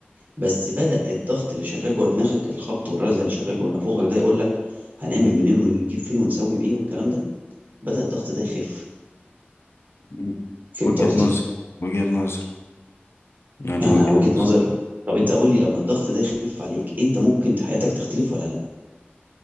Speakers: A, on the right (about 45°); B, on the left (about 85°).
A: بس بدأ الضغط اللي شغال جوه دماغك الخبط والرزع اللي شغال جوه نافوخك ده يقول لك هنعمل منين ونجيب فين ونسوي ايه والكلام ده بدأ الضغط ده يخف
B: مم.
A: فهمت
B: وجهة
A: قصدي
B: نظر وجهة نظر يعني
A: انا
B: وجهة
A: وجهة
B: نظر
A: نظري طب انت قول لي لما الضغط ده يخف عليك انت ممكن حياتك تختلف ولا لا